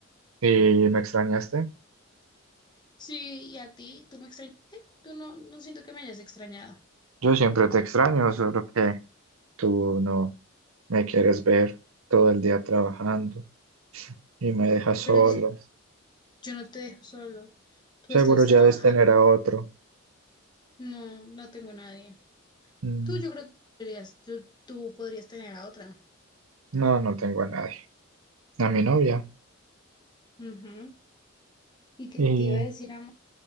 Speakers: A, on the right; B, on the left.
A: ¿Y me extrañaste?
B: Sí, y a ti, tú me extrañaste, tú no, no siento que me hayas extrañado,
A: Yo siempre te extraño, solo que tú no me quieres ver todo el día trabajando y me dejas solo.
B: pero yo no te dejo solo, tú
A: Seguro
B: estás
A: ya
B: trabajando.
A: debes tener a otro.
B: No, no tengo nadie.
A: Mm,
B: Tú, yo creo que podrías, tú, tú podrías tener a otra.
A: No, no tengo a nadie. A mi novia.
B: Ujú. ¿Y qué
A: Y
B: te iba a decir, amor?